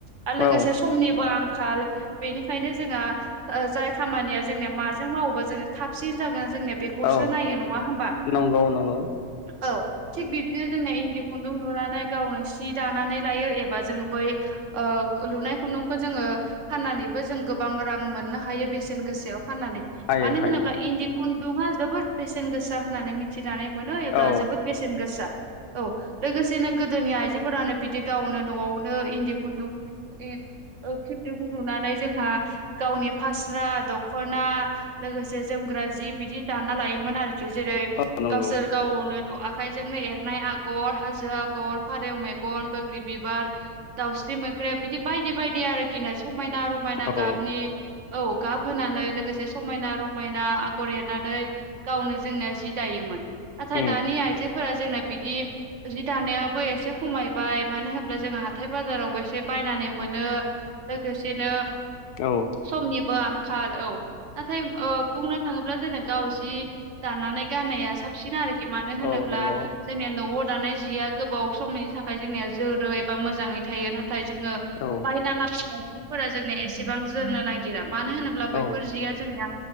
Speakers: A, on the right (about 60°); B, on the left (about 85°).
A: आ लोगोसे
B: औ
A: समनिबो आं खाल बेनिखायनो जोंआ ओ जाय खामानिया जोंनिया माजों मावोबा जों थाबसिन जागोन जोंनिया बेखौसो
B: औ
A: नायो। नङा होमबा?
B: नंगौ नंगौ
A: औ थिग बिब्दिनो जोंना इन्दि खुन्दुं लुनानै गावनो सि दानानै लायो एबा जोङो बै ओ लुनाय खुन्दुंखौ जोङो फाननानैबो जों गोबां रां मोननो हायो बेसेन गोसायाव फाननानै।
B: हायो
A: मानो
B: हायो
A: होनोब्ला इन्दि खुन्दुंङा जोबोद बेसेन गोसा होननानै मिथि जानाय मोनो एबा
B: औ
A: जोबोद बेसेन गोसा। औ लोगोसेनो गोदोनि आइजोफोरानो बिदि गावनो न'आवनो इन्दि खुन्दुं <unintelligible> ओ खिन्दुं नुनानै जोंहा गावनि फास्रा दख'ना लोगोसे जोमग्रा जि बिदि ना लायोमोन आरोखि जेरै
B: औ नंगौ
A: गावसोर गावनो र' आखायजोंनो एरनाय आगर हाजो आगर, फारेव मेगन, बोग्रि बिबार, दाउस स्रि मोख्रेब बिदि बायदि बायदि आरोखि नो समायना रमायना
B: औ
A: गाबनि औ गाब होनानै लोगोसे समायना रमायना आगर एरनानै गावनो जोंनिया जि दायोमोन नाथाय
B: उम
A: दानि आइजो फोरा जोंना बिदि जि दानायाबो एसे खमायबाय। मानो होब्ला जोंहा हाथाय बाजारावबो एसे बा बायनानै मोनो। लोगोसेनो
B: औ
A: समनिबो आंखाल औ नाथाय ओ बुंनो थाङोब्ला जेनो गावस बिदि दाननानै गाननाया साबसिन आरोखि मानो होनोब्ला
B: औ नंगौ
A: जोंनिया न' दानाय जिया गोबाव समनि थाखाय जोंनिया जोरो एबा मोजाङै थायो नाथाय थाय जोङो
B: औ
A: बायना लाबोनाय जिफोरा जोंनिया एसेबां जोरनो नागिरा। मानो होनोब्ला
B: औ
A: बैफोर जिया जोंनिया